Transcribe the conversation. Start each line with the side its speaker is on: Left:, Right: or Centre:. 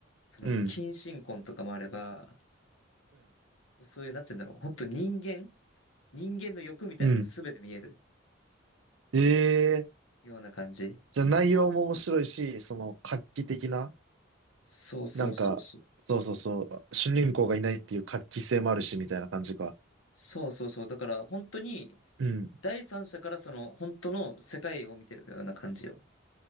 Left: その、
Right: うん。
Left: 近親婚とかもあれば、そういう、なんて言うんだろう。本当人間人間の欲みたいなのが全て見える
Right: うん。ええ
Left: ような感じ。
Right: じゃあ内容も面白いし、その画期的な、
Left: そうそうそうそう。
Right: なんか、そうそうそう、主人公がいないっていう画期性もあるし、みたいな感じか。
Left: そうそうそう。だから、本当に、
Right: うん。
Left: 第三者からその、本当の世界を見てるような感じよ。